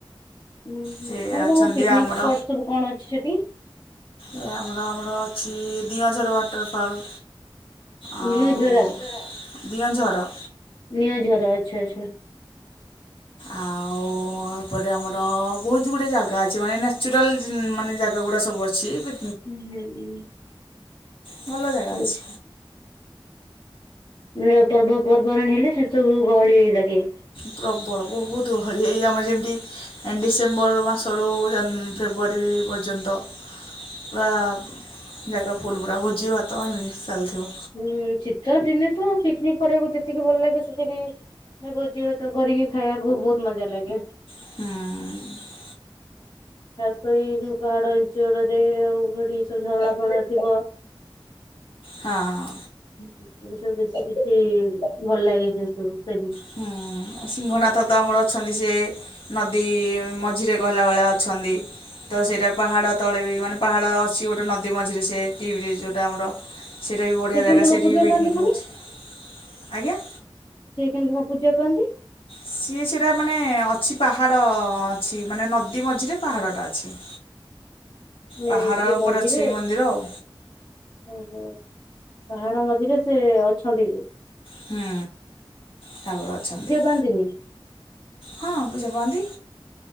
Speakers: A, on the left; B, on the left.
A: ଉଁ, ହୁଁ,
B: ସେ
A: ଆଉ
B: ଅଛନ୍ତି
A: ତୋମ ପିକନିକ୍
B: ଆମର
A: ସ୍ପଟ୍ ସବୁ କଣ ଅଛି ସେଠି?
B: ଏ ଆମର ଆମର ଅଛି ଦିଅଁଝର ୱାଟର୍ ଫଲ୍। ଆଉ
A: ନିଅଝରା
B: ଦିଅଁଝର।
A: ନିଅଁଝର ଆଚ୍ଛା ଆଚ୍ଛା।
B: ଆଉ ଓ ଏପଟେ ଆମର ବହୁତ ଗୁଟେ ଜାଗା ଅଛି, ମାନେ ନ୍ୟଚୁରାଲ ମାନେ ଜାଗା ଗୁଡା ସବୁ ଅଛି। ବି
A: ହୁଁ, ହୁଁ, ହୁଁ।
B: ଭଲ ଜାଗା
A: ବୁଝିଲି।
B: ଅଛି।
A: <inaudible> ପର୍ବ ପର୍ବାଣୀ ହେଲେ ସେ ସବୁ ଗହଳି ଲାଗେ।
B: ପ୍ରବଳ ବହୁତ ଗହଳି ଏଇ ଆମର ଯେମତି ଡିସେମ୍ବର ମାସରୁ ଜାନ୍ ଫେବୃଆରୀ ପର୍ଯ୍ୟନ୍ତ। ପୁରା ଜାଗା ଫୁଲ ପୁରା ଭୋଜି ଭାତ <inaudible> ଚାଲ ଥିବ।
A: ହୁଁ, ଶୀତ ଦିନେ ତ ପିକ୍ନିକ କରିବାକୁ ଯେତିକି ଭଲ ଲାଗେ ସେତିକି ନେ ଭୋଜି ଭାତ କରିକି ଖାଇବାକୁ ବହୁତ ମଜା ଲାଗେ।
B: ହୁଁ।
A: ଖାସ କରି ଯୋଉ ପାହାଡ <inaudible> ଆଉ ସେଠି ସବୁ ଝରଣା ଫରଣା ଥିବ। <inaudible>
B: ହଁ।
A: <inaudible> ବେଶୀ କିଛି ଭଲ ଲାଗେ ସେ ସବୁ ସେଠି
B: ହୁଁ, ଆଉ ସିଂହନାଥ ତ ଆମର ଅଛନ୍ତି ସେ ନଦୀ ମଝିରେ ଗହିଲା ଭଳିଆ ଅଛନ୍ତି। ତ ସେଇଟା ପାହାଡ ତଳେ ବି ମାନେ ପାହାଡ ଅଛି ଗୋଟେ ନଦୀ ମଝିରେ ସେ ଟିଭିରେ ଯୋଉଟା ଆମର ସେଇଟା ବି ବଢ଼ିଆ
A: ସେ କେମିତି
B: ଜାଗା
A: କଣ
B: ସେଇଠି
A: ପୂଜା
B: ବି ପିକନିକ୍
A: ପାଆନ୍ତି ପୁଣି?
B: ହଉଛି, ଆଜ୍ଞା।
A: ସିଏ କେମିତି କ'ଣ ପୂଜା ପାଆନ୍ତି?
B: ସିଏ ସେଟା ମାନେ ଅଛି ପାହାଡ଼ ଅଛି ମାନେ ନଦୀ ମଝିରେ ପାହାଡ଼ଟା ଅଛି।
A: ଲେ
B: ପାହାଡ଼
A: ସିଏ
B: ଉପରେ
A: ମଝିରେ
B: ଅଛି ମନ୍ଦିର ଆଉ
A: ଓହୋଃ! ପାହାଡ଼ ମଝିରେ ସେ ଅଛନ୍ତି।
B: ହୁଁ, ଠାକୁର ଅଛନ୍ତି।
A: ଖାନ୍ତିିନି।
B: ହଁ, ପୂଜା ପାଆନ୍ତି।